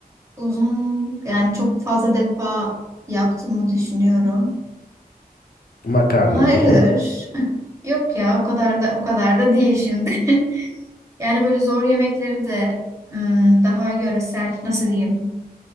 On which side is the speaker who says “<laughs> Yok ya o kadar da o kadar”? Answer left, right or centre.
Right